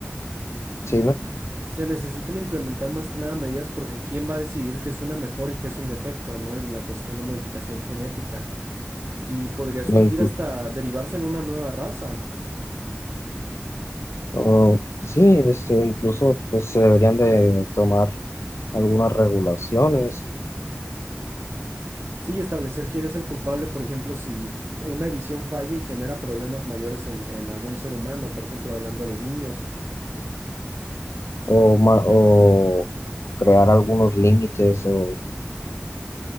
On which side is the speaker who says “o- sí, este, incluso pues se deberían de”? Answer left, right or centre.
Left